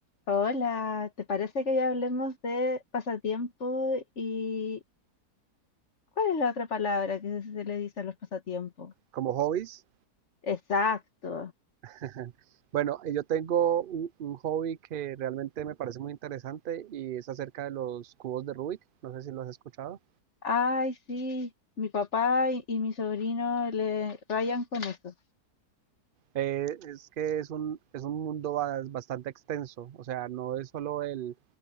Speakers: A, on the left (about 45°); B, on the right (about 75°).
A: Hola, ¿te parece que hoy hablemos de pasatiempo y cuál es la otra palabra que se le dice a los pasatiempos?
B: Como hobbies,
A: Exacto.
B: <laughs> bueno, eh, yo tengo un, un hobby que realmente me parece muy interesante y es acerca de los cubos de Rubik. No sé si lo has escuchado.
A: Ay, sí, mi papá y, y mi sobrino le rayan con eso.
B: Eh, es que es un, es un mundo ba- bastante extenso, o sea, no es solo el,